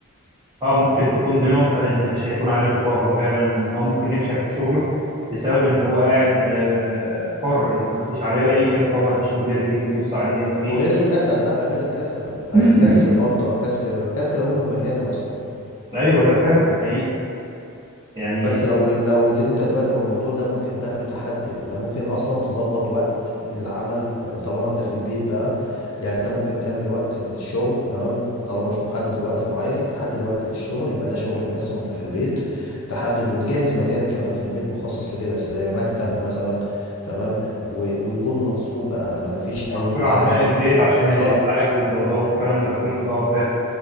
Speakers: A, on the right (about 20°); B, on the left (about 75°).
A: اه ممكن تكون دي نقطة ان مش هيكون عليه رقابة فعلا وان هو ممكن يفشل في شغله بسبب ان هو قاعد آه، حر يعني ما فيش عليه اي رقابة ما فيش مدير بيجي يبص عليه ما فيش
B: وغير الكسل بقى غير الكسل هيكسل
A: <coughs>
B: أكتر هكسل هكسل أقوم من مكاني أصلا
A: <clears throat> ايوه ده فعلا حقيقي يعني
B: بس لو لو دي انت دلوقتي هو الموضوع ده ممكن تاخده تحدي يعني انت ممكن اصلا تظبط وقت للعمل آه، طالما انت في البيت بقى يعني انت ممكن تعمل وقت للشغل تمام طالما مش محدد بوقت معين تحدد وقت للشغل يبقى ده شغل بس وانت في البيت تحدد وتجهز مكان كمان في البيت مخصص لكده زي مكتب مثلا تمام و- ويكون مفصول بقى يعني مفيش اي
A: مفصولة
B: ازعاج
A: عن باقي البيت عشان الإزعاج
B: اه
A: والضوضاء والكلام ده كله اه فاهم